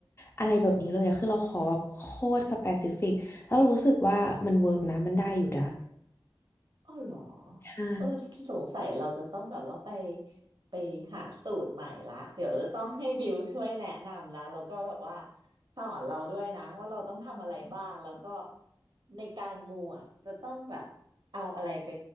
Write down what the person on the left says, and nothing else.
อะไรแบบนี้เลยอะคือเราขอแบบโคตรสเปซิฟิกแล้วเรารู้สึกว่ามันเวิร์กนะมันได้อยู่นะ
ใช่